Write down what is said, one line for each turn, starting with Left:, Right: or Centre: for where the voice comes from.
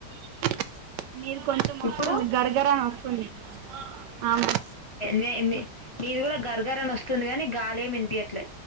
Right: <inaudible> నీది కొంచెం వస్తుంది
Left: ఇప్పుడు
Right: గరగరా అని వస్తుంది. ఆ <inaudible>
Left: నే- నే- నీది గూడా గర్ గర్ అని వస్తుంది గాని, గాలేం వినిపియట్లే.